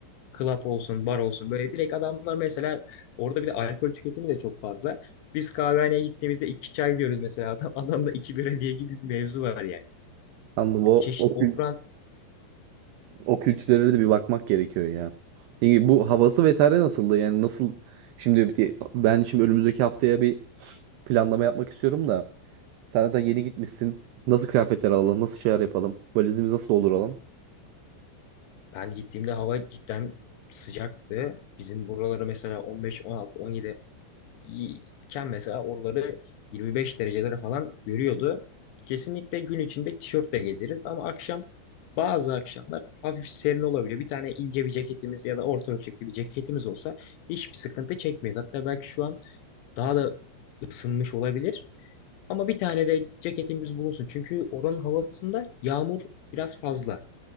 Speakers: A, on the left; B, on the right.
A: Club olsun, bar olsun böyle direkt adamlar mesela orada bir de alkol tüketimi de çok fazla. Biz kahvehaneye gittiğimizde iki çay diyoruz mesela adam, adamda iki bira diye gibi bir mevzu var yani.
B: Anladım. O,
A: Çeşit
B: o, kü-
A: oturan
B: o kültürlere de bir bakmak gerekiyor ya. Yani bu havası vesaire nasıldı? Yani nasıl şimdi bir- ben şimdi önümüzdeki haftaya bir planlama yapmak istiyorum da Sen zaten yeni gitmişsin. Nasıl kıyafetler alalım? Nasıl şeyler yapalım? Valizimizi nasıl dolduralım?
A: Ben gittiğimde hava cidden sıcaktı. Bizim buraları mesela 15, 16, 17 iken mesela oraları 25 derecelere falan görüyordu. Kesinlikle gün içinde tişörtle gezeriz ama akşam bazı akşamlar hafif serin olabiliyor. Bir tane ince bir ceketimiz ya da orta ölçekli bir ceketimiz olsa hiçbir sıkıntı çekmeyiz. Hatta belki şu an daha da ısınmış olabilir. Ama bir tane de ceketimiz bulunsun. Çünkü oranın havasında yağmur biraz fazla.